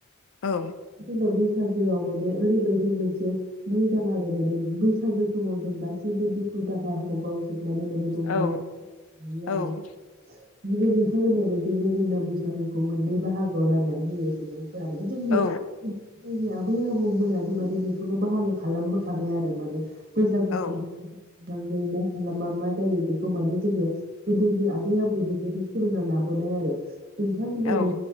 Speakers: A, on the left (about 85°); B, on the right (about 50°).
A: औ
B: <unintelligible> बैसागोआव माने ओरैबायदि मोनसे मोजां आरो माने बिदिनो बैसागो समाव जों गासैबो दुखु दाहाफोरखौ बावजोब
A: औ
B: <unintelligible>
A: औ
B: आरो ना
A: औ
B: जुदि नोंथां होननाय बायदिनो जोंना बैसागुखौ मोननै बाहागोआव राननानै होयो सुबुं <unintelligible>
A: औ
B: बै आबौ मोनानो माने बेफोरखौ बाहागो खालामबोखादों आरो माने बैसागोखौ
A: औ
B: <unintelligible> नांगौ मा खालाबा मा जायो बेखौ माने जोङो गोदोनि आबै आबौनिफ्रायनो सोलोंना लाबोनाय आरो नोंथां होननाय
A: औ